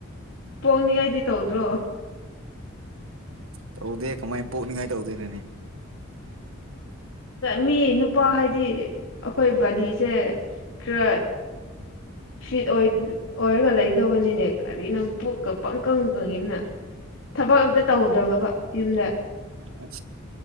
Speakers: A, on the left; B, on the right.
A: ꯄꯣꯛꯅꯤꯉꯥꯏꯗꯤ ꯇꯧꯗ꯭ꯔꯣ
B: ꯇꯧꯗꯦ ꯀꯃꯥꯏ ꯄꯣꯛꯅꯤꯡꯉꯥꯏ ꯇꯧꯗꯣꯏꯅꯣꯅꯦ
A: ꯃꯤ ꯅꯨꯄꯥ ꯍꯥꯏꯗꯤ ꯑꯩꯈꯣꯏ ꯕꯥꯗꯤꯁꯦ ꯀꯦ ꯐꯤꯠ ꯑꯣꯏꯔꯒ ꯂꯩꯗꯕꯅꯤꯅꯦ ꯀꯔꯤꯅꯣ ꯄꯣꯛꯀ ꯄꯪ ꯀꯪ ꯀꯪꯉꯅ ꯊꯕꯛ ꯑꯝꯇ ꯇꯧꯗ꯭ꯔꯕꯕ ꯌꯨꯝꯗ
B: ꯑ